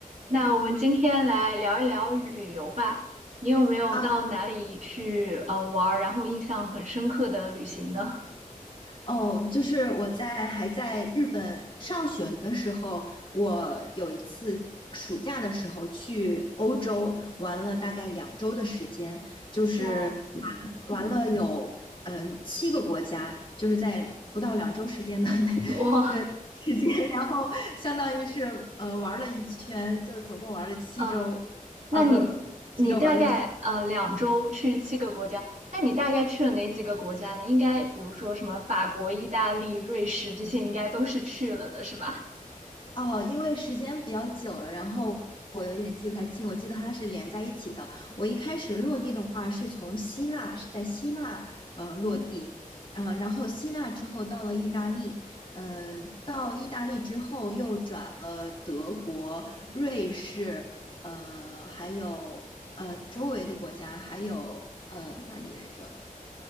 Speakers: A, on the right (about 60°); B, on the left (about 35°).
A: 那我们今天来聊一聊旅游吧。你有没有到哪里去呃玩儿，
B: 啊，
A: 然后印象很深刻的旅行呢？
B: 哦，就是我在还在日本上学的时候，我有一次暑假的时候去欧洲玩了大概两周的时间，就是
A: <laughs> 哇，嗯
B: 玩玩了有嗯、呃七个国家，就是在不到两周时间的 <laughs> 那
A: <laughs>，我，
B: 时间，然后相当于是呃玩了一圈，就是总共玩了七周，
A: 嗯、那你你大概呃两周去七个国家，
B: 啊，不是七周，玩了。
A: 那你大概去了哪几个国家呢？应该比如说什么法国、意大利、瑞士这些，应该都是去了的，是吧？
B: 哦，因为时间比较久了，然后我有点记不太清，我记得它是连在一起的。我一开始落地的话是从希腊，是在希腊呃落地，
A: <laughs> 哦，
B: 嗯、然后希腊之后到了意大利，呃，到意大利之后又转了德国、瑞士，呃，还有呃周围的国家，还有呃哪里来着？